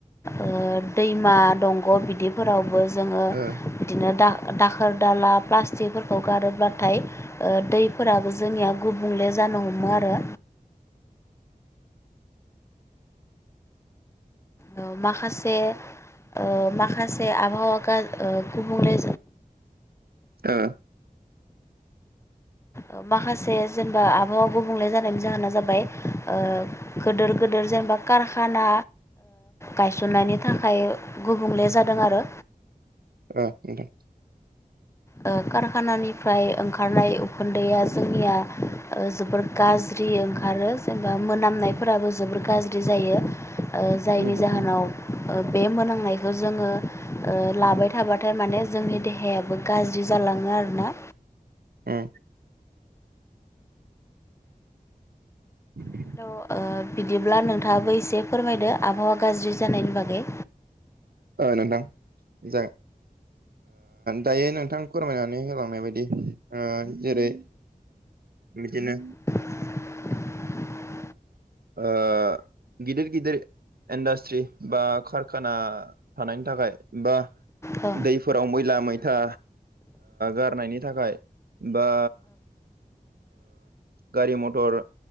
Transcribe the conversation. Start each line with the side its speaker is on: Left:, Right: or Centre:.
Left: ओ दैमा दंग' बिदि फोरावबो जोङो
Right: ओ
Left: बिदिनो दा दाखोर दाला प्लास्टिकफोरखौ गारोब्लाथाय दै फोराबो जोंनिया गुबुंले जानो हमो आरो ओ माखासे ओ माखासे आबहावा गा गुबुंले
Right: ओ
Left: ओ माखासे जेनेबा आबहावा गुबुंले जानायनि जाहोना जाबाय ओ गोदोर गोदोर जेनेबा कारखाना गायसननायनि थाखाय गुबुंले जादों आरो
Right: ओ नोंथां
Left: ओ कारखानानिफ्राय ओंखारनाय उखुन्दैआ जोंनिया ओ जोबोर गाज्रि ओंखारो जेनेबा मोनामनायफोराबो जोबोर गाज्रि जायो। ओ जायनि
Right: उम
Left: जाहोनाव
Right: उम
Left: बे मोनांनायखौ जोङो लाबाय थाबाथाय माने जोंनि देहायाबो गाज्रि जालाङो आरोना
Right: उम <inaudible>
Left: थ' बिदिब्ला नोंथाङाबो एसे फोरमायदो आबहावा गाज्रि जानायनि बागै
Right: ओ नोंथां जागोन। दायो नोंथां फोरमायनानै होलांनाय बायदि जेरै बिदिनो
Left: <inaudible>
Right: ओ गिदिर गिदिर इनदान्स्ट्रि बा कारखाना थानायनि थाखाय बा
Left: औ
Right: दैफोराव मैला मैथा गारनायनि थाखाय बा गारि मथर